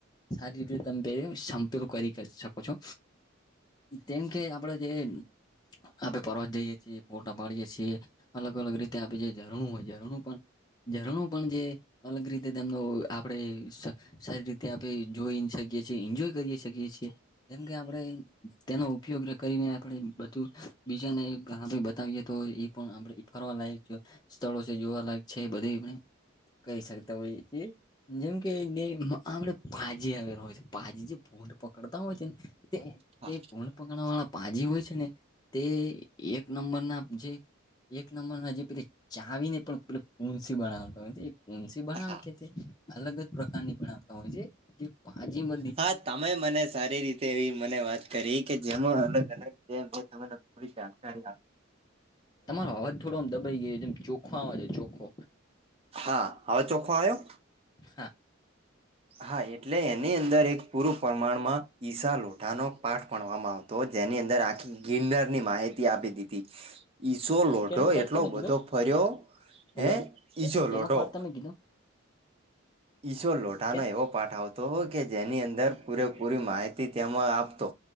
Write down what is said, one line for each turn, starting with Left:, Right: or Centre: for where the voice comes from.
Left: સારી રીતે તમે પ સંપલ કરી શકો છો. કેમ કે આપડે જે આપે પરવત જઈએ છીએ ફોટા પાડીએ છીએ. અલગ અલગ રીતે આપ જે ઝરણું હોય ઝરણું પણ ઝરણું પણ જે અલગ રીતે તેમનો આપણે સારી રીતે આપણે જોઈ શકીએ છીએ એન્જોય કરી શકીએ છીએ. જેમકે આપણે તેનો ઉપયોગ કરીને આપણે બધું, બીજાને બતાવીએ તો પણ આપણે ફરવાલાયક, સ્થળો છે જોવાલાયક છે બધી કહી શકતા હોય ચી. જેમ કેને આપડ ભાજી આવેલા હોય છે ભાજી જે ભોંડ પકડતા હોય છે ને, તે
Right: હા
Left: તે ભૂડ પકડવા વાળા પાજી હોય છે ને, તે એક નંબર ના જે એક નંબર ના જે પે ચાવી ને પણ પે પંસી બનાવવાનું. કોસી બનાવે
Right: હા
Left: કે તે અલગ જ પ્રકારની બનાવતા હોય છે. ભાજી મ
Right: હા તમે મને સારી રીતે એવી મને વાત કરી કે જેમ અલગ અલગ. તેમ મેં તને પૂરી જાણકારી આપી.
Left: તમારો અવાજ થોડો આમ દબાઈ ગયો જેમ ચોખ્ખો આવા છે ચોખો.
Right: હા હવે ચોખ્ખો આવ્યો?
Left: હા.
Right: હા એટલે એની અંદર એક પૂરું પ્રમાણમાં ઈશા લોઠાનો પાઠ ભણવામાં આવતો. તો જેની અંદર આખી ગિનર ની માહિતી આપી દીધી.
Left: હ <inaudible>
Right: ઈસો લોઢો
Left: ક ન પારઠ
Right: એટલો
Left: તમે
Right: બધો
Left: કીધો?
Right: ફર્યો
Left: હલો
Right: હે ઈસો
Left: કનો
Right: લોઢો
Left: પઠ તમે કીધો?
Right: ઈશોર લોઠાનો
Left: કે
Right: એવો પાઠ આવતો કે જેની અંદર પૂરેપૂરી માહિતી તેમાં આપતો.